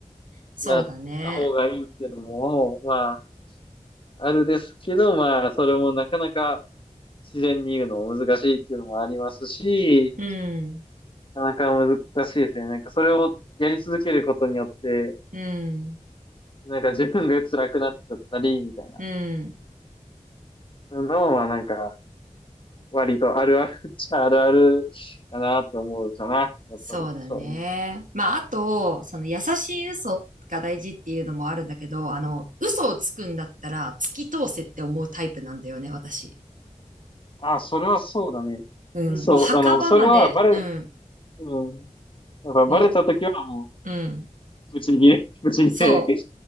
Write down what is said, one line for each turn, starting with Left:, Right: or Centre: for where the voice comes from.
Right: そうだね。
Left: やった方がいいっていうのも、まあ、あるですけど、まあ、それもなかなか、自然に言うのも難しいっていうのもありますし、
Right: うん、
Left: なかなか難しいですね。なんかそれをやり続けることによって、
Right: うん、
Left: なんか自分が辛くなっちゃったり、みたいな
Right: うん。
Left: のはなんか割とあるあるっちゃあるあるかなって思うかな。やっぱり。
Right: そうだね。
Left: そうね。
Right: まあ、あと、その優しい嘘が大事っていうのもあるんだけど、あの、嘘をつくんだったら突き通せって思うタイプなんだよね、私。
Left: あ、それはそうだね。
Right: うん。
Left: そう、
Right: もう墓場まで、
Left: あの、それはバレ、
Right: うん。
Left: うん。やっぱバレたときはも
Right: もう、うん。
Left: う、ぶち切れ、<laughs> ぶち切れ。
Right: そ